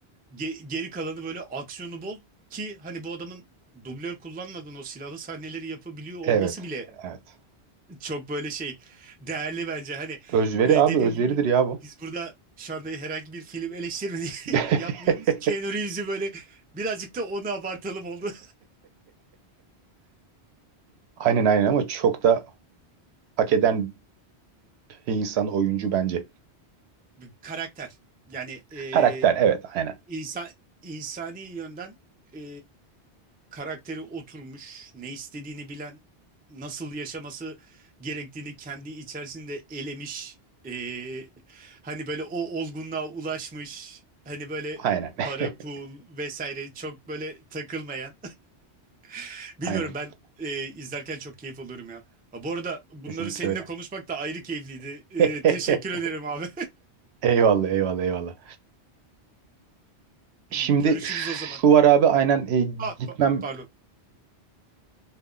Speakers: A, on the right; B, on the right.
A: ge- geri kalanı böyle aksiyonu bol ki hani bu adamın dublör kullanmadan o silahlı sahneleri yapabiliyor olması
B: Evet.
A: bile
B: Evet.
A: çok böyle şey değerli bence. Hani
B: Özveri
A: e,
B: abi
A: dediğim
B: özveridir
A: gibi
B: ya bu.
A: biz burada şu anda herhangi bir film eleştirmeni <laughs>
B: <laughs>
A: yapmıyoruz. Keanu Reeves'i böyle birazcık da onu abartalım oldu.
B: Aynen aynen ama çok da hak eden bir insan oyuncu bence.
A: <laughs> Bir karakter. Yani e,
B: Karakter evet aynen.
A: İnsan, insani yönden e, karakteri oturmuş, ne istediğini bilen, nasıl yaşaması gerektiğini kendi içerisinde elemiş, e, hani böyle o olgunluğa ulaşmış, hani böyle
B: Aynen.
A: para,
B: <laughs>
A: pul vesaire çok böyle takılmayan. <laughs> Bilmiyorum
B: Aynen.
A: ben e, izlerken çok keyif alıyorum ya. Ha, bu arada bunları
B: Kesinlikle
A: seninle
B: öyle.
A: konuşmak da ayrı keyifliydi. E,
B: <laughs>
A: teşekkür ederim abi.
B: Eyvallah, eyvallah, eyvallah.
A: <laughs>
B: Şimdi
A: Görüşürüz
B: şu
A: o zaman.
B: var abi aynen e,
A: Ha,
B: gitmem
A: pa- pardon.